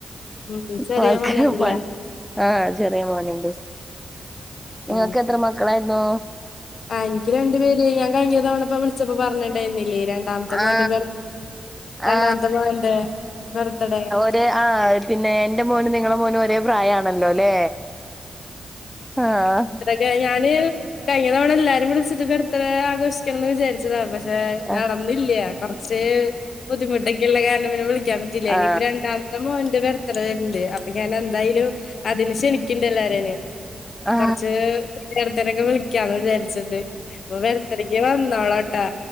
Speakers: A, on the left; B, in the centre.
A: ഉം ചെറിയ
B: അവർക്ക്
A: മോനാണല്ലേ
B: പണി ആഹ് ചെറിയ മോനുണ്ട് നിങ്ങക്ക്
A: ആഹ്
B: എത്ര മക്കളായിരുന്നൂ
A: ആഹ് എനിക്ക് രണ്ടു പേര് ഞാൻ കഴിഞ്ഞ തവണപ്പൊ വിളിച്ചപ്പോ പറഞ്ഞിണ്ടായിരുന്നില്ലേ രണ്ട് രണ്ടാമത്തെ
B: ആ
A: മോന്റെ ബർ രണ്ടാമത്തെ
B: ആ
A: മോന്റെ ബെർത്തഡേ
B: അതെ ആ പിന്നെ എന്റെ മോനും നിങ്ങള മോനും ഒരേ പ്രായാണ് അല്ലോ ലേ ആഹ്
A: ഞാ ഞാന് കഴിഞ്ഞ തവണ എല്ലാരും വിളിച്ചിട്ട് ബെർത്തിഡേ ആഘോഷിക്കണം എന്ന് വിചാരിച്ചതാ പക്ഷേ പക്ഷേ
B: ആ
A: നടന്നില്ല കൊറച്ച് ബുദ്ധിമുട്ടൊക്കെള്ള കാരണം പിന്നെ വിളിക്കാൻ പറ്റിയില്ല
B: ആ
A: ഇനിപ്പൊ രണ്ടാമത്തെ മോന്റെ ബെർ ആസേവര്ണ്ട് അപ്പൊ ഞാൻ എന്തായാലും അതിന് ക്ഷണിക്കണ്ട് എല്ലാരേനേം
B: ആ ആ
A: കൊറച്ച് ബെർ ത്തഡേഒക്കെ ക്കെ വിളിക്കാന്ന് വിചാരിച്ചിണ്ട് ഇപ്പൊ ബെർത്തടക്ക് വന്നോളാട്ടാ